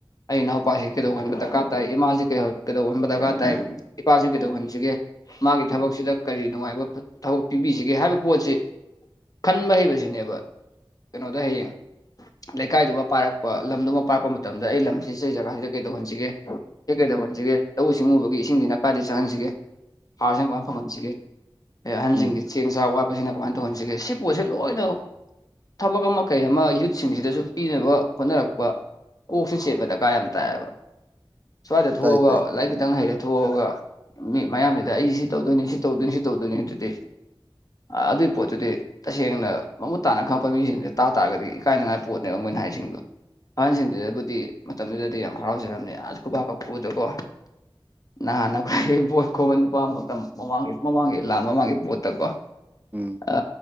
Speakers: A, on the left; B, on the right.
A: ꯑꯩ ꯏꯅꯥꯎꯄꯥꯁꯤ ꯀꯩꯗꯧꯍꯟꯕ ꯗꯔꯀꯥꯔ ꯇꯥꯏ ꯏꯃꯥꯁꯤ ꯀꯩꯗꯧꯍꯟꯕ ꯗꯔꯀꯥꯔ ꯇꯥꯏ ꯏꯄꯥꯁꯤ ꯀꯩꯗꯧꯍꯟꯁꯤꯒꯦ ꯃꯥꯒꯤ ꯊꯕꯛꯁꯤꯗ ꯀꯔꯤ ꯅꯨꯡꯉꯥꯏꯕ ꯊꯕꯛ ꯄꯤꯕꯤꯁꯤꯒꯦ ꯍꯥꯏꯕ ꯄꯣꯠꯁꯤ ꯈꯟꯕ ꯍꯩꯕꯁꯤꯅꯦꯕ ꯀꯩꯅꯣꯗ ꯍꯌꯦꯡ ꯂꯩꯀꯥꯏꯗꯨꯃ ꯄꯥꯔꯛꯄ ꯂꯝꯗꯨꯃ ꯄꯥꯔꯛꯄ ꯃꯇꯝꯗ ꯑꯩ ꯂꯝꯁꯤ ꯁꯤ ꯖꯒꯥꯁꯤꯗ ꯀꯩꯗꯧꯍꯟꯁꯤꯒꯦ ꯍꯦꯛ ꯀꯩ ꯇꯧꯍꯟꯁꯤꯒꯦ ꯂꯧꯎ ꯁꯤꯡꯎꯕꯒꯤ ꯏꯁꯤꯡꯁꯤꯅ ꯀꯥꯏꯗꯩ ꯆꯪꯍꯟꯁꯤꯒꯦ ꯍꯥꯔꯁꯪ ꯀꯥꯟ ꯐꯪꯍꯟꯁꯤꯒꯦ ꯑꯦ ꯑꯍꯟꯁꯤꯡꯒꯤ
B: ꯎꯝ
A: ꯆꯦꯡ ꯆꯥꯛ ꯋꯥꯠꯄꯁꯤꯅ ꯀꯃꯥꯏꯅ ꯇꯧꯍꯟꯁꯤꯒꯦ ꯁꯤ ꯄꯣꯠꯁꯦ ꯂꯣꯏꯅꯃꯛ ꯊꯕꯛ ꯑꯃ ꯀꯩ ꯑꯃ ꯌꯨꯠꯁꯤꯡꯁꯤꯗꯁꯨ ꯄꯤꯅꯕ ꯍꯣꯠꯅꯔꯛꯄ ꯀꯣꯛꯁꯤꯦ ꯆꯦꯠꯄ ꯗꯀꯥ ꯌꯥꯝ ꯇꯥꯏꯑꯕ ꯁ꯭ꯋꯥꯏꯗ ꯊꯣꯛꯑꯒ
B: ꯇꯥꯏ ꯇꯥꯏ
A: ꯂꯥꯏꯔꯤꯛ ꯈꯤꯇꯪ ꯍꯩꯔꯦ ꯊꯣꯛꯑꯒ ꯃꯤ ꯃꯌꯥꯝꯁꯤꯗ ꯑꯩ ꯁꯤ ꯇꯧꯗꯣꯏꯅꯤ ꯁꯤ ꯇꯧꯗꯣꯏꯅꯤ ꯁꯤ ꯇꯧꯗꯣꯏꯅꯤ ꯑꯗꯨꯗꯤ ꯑ ꯑꯗꯨꯒꯤ ꯄꯣꯠꯇꯨꯗꯤ ꯇꯁꯦꯡꯅꯃꯨ ꯇꯥꯅ ꯈꯪꯛꯄ ꯃꯤꯁꯤꯡꯁꯦ ꯇꯥ ꯇꯥꯔꯒꯗꯤ ꯏꯀꯥꯏꯅꯉꯥꯏ ꯄꯣꯠꯅꯦꯕ ꯃꯣꯏꯅ ꯍꯥꯏꯁꯤꯡꯗꯣ. ꯑꯉꯟꯁꯤꯡꯗꯨꯗꯕꯨꯗꯤ ꯃꯇꯝꯗꯨꯗꯗꯤ ꯌꯥꯝ ꯍꯔꯥꯎꯖꯔꯝꯃꯦ ꯑ ꯈꯨꯄꯥꯛꯥꯛ ꯀ ꯈꯨꯨꯗꯀꯣ ꯅꯍꯥꯟ ꯑꯩꯈꯣꯏ ꯄꯚꯣꯠ ꯈꯣꯕ ꯅꯨꯄꯥ ꯃꯇꯝ ꯃꯃꯥꯡꯒꯤ ꯃꯃꯥꯡꯒꯤ ꯂꯥꯟ ꯃꯃꯥꯡꯒꯤ ꯄꯣꯠꯇꯀꯣ
B: ꯎꯝ
A: ꯑ